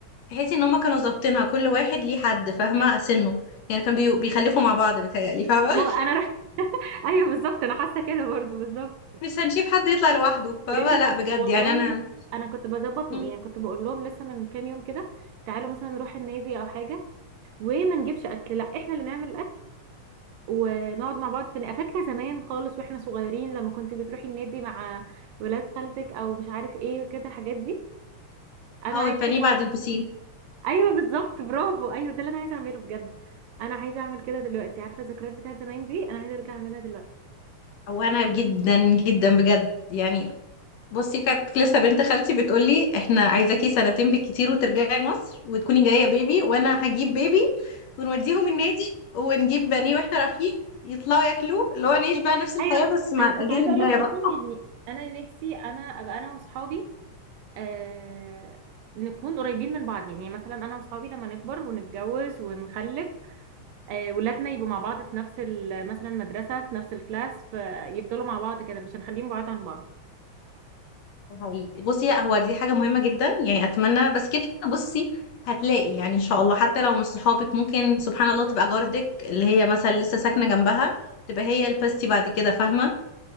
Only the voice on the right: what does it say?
ما انا ر... <laughs> ايوه بالظبط انا حاسه كده برضو بالظبط
يا بنتي انا
والله
انا كنت بظبط
يعني كنت بقول لهم لسه من كام يوم كده تعالوا مثلا نروح النادي او حاجه وما نجيبش اكل لا احنا اللي نعمل الاكل ونقعد مع بعض في الن- فاكره زمان خالص واحنا صغيرين لما كنت بتروحي النادي مع ولاد خالتك او مش عارف ايه وكده الحاجات دي انا
عايزه
ارجع
ايوه بالظبط برافو ايوه ده اللي انا عايزه اعمله بجد انا عايزه اعمل كده دلوقتي عارفه الذكريات بتاعت زمان دي انا عايزه ارجع اعملها دلوقتي
ايوه
انا
كنت عايزه اقول
لك اصلا
يعني انا نفسي انا ابقى انا واصحابي آه نكون قريبين من بعض يعني مثلا انا واصحابي لما نكبر ونتجوز ونخلف آه، ولادنا يبقوا مع بعض في نفس ال- مثلا مدرسة في نفس الكلاس فيفضلوا مع بعض كده مش هنخليهم بعاد عن بعض